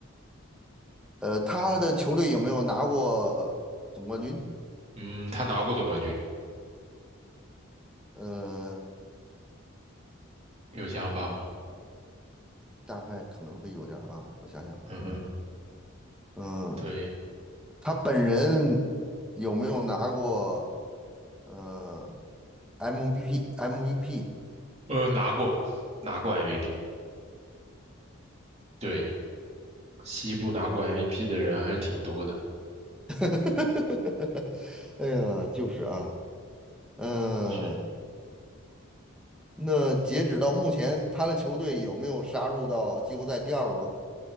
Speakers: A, in the centre; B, on the right.
A: 呃，他的球队有没有拿过总冠军？
B: 嗯，他拿过总冠军，
A: 呃，
B: 有想法吗？
A: 大概可能会有点儿啊，我想想，
B: 嗯哼，
A: 嗯嗯，
B: 对，
A: 他本人有没有拿过呃 MVP？MVP？
B: 呃，拿过，拿过 MVP。对，西部拿过 MVP 的人还是挺多的。
A: <laughs> 哎呀，就是啊，嗯，
B: 是，
A: 那截止到目前，他的球队有没有杀入到季后赛第二轮？